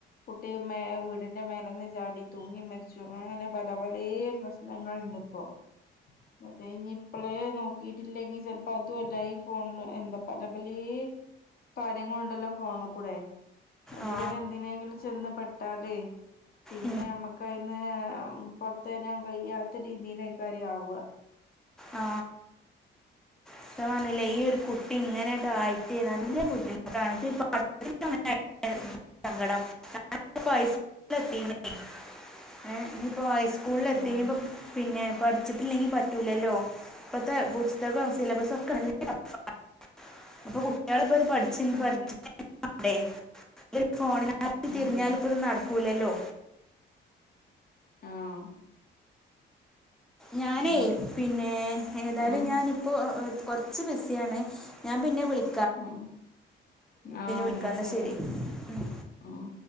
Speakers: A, on the left; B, in the centre.
A: കുട്ടി മേ വീടിന്റെ മേൽ കന്ന് ചാടി തൂങ്ങി മരിച്ചു അങ്ങനെ പല പലേ പ്രശ്നങ്ങളുണ്ട്പ്പോ അതേഞ്ഞി ഇപ്പോളെ നോക്കിട്ടില്ലെങ്കി ചെൽപ്പോ അതുഅല്ല ഈ ഫോണ് എന്താ പല പലേ കാര്യങ്ങളുണ്ടല്ലോ ഫോണ്കൂടെ അതിൻ്റെയൊക്കെ
B: ആ
A: എന്തിനേങ്കിലും ചെന്ന് പെട്ടാലേ പിന്നെ
B: ഉം,
A: നമ്മുക്കയിന്ന് മ് പൊരത്തെരാൻ കഴിയാത്ത രീതീലയ്‌ക്കാരയ് ആവാ
B: ആ ഇപ്പൊ പറഞ്ഞില്ലേ ഈ ഒരു കുട്ടി ഇങ്ങനെണ്ടായിട്ടെ നല്ല ബുദ്ധിമുട്ടാണ് <unintelligible> സങ്കടം <unintelligible> ഏ ഞ്ഞി ഇപ്പോ ഹൈസ്കൂളിൽ
A: ഉം
B: എത്തി ഇനിയിപ്പോ പിന്നെ പഠിച്ചിട്ടില്ലെങ്കിൽ പറ്റൂലല്ലോ ഇപ്പഴത്തെ പുസ്തകം സിലബസും ഒക്കെ നല്ല <unintelligible> അപ്പ കുട്ട് അയാളിപ്പോ ഇത് പഠിച്ച്ൻക്ക്
A: ഉം
B: പഠിപ്പിച്ച് <unintelligible> <unintelligible> ഇതൊരു ഫോണിനായിട്ട്
A: ഉം
B: തിരിഞ്ഞാല് പ്പത് നടക്ക് ക്കൂലല്ലോ
A: ആഹ്
B: ഞാനേയ്
A: ഉം
B: പിന്നെ ഏതായാലും
A: ഉം
B: ഞാനിപ്പോ ഒ കൊർച്ച് ബിസിയാണ് ഞാൻ പിന്നെ വിളി
A: ഉം ആ
B: വിളിക്കാം
A: ന്നാ
B: എന്നാൽ
A: ശരിന്നാ
B: ശരി ഉം.
A: ഉം